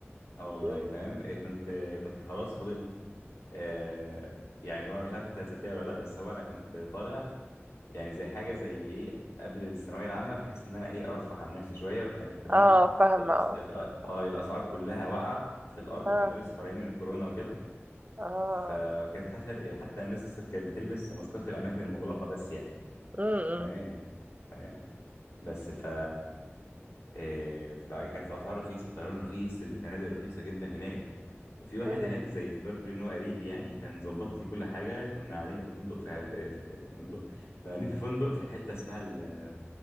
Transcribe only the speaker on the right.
مم.
اه فاهمة
اه
اه
اه
امم
مم.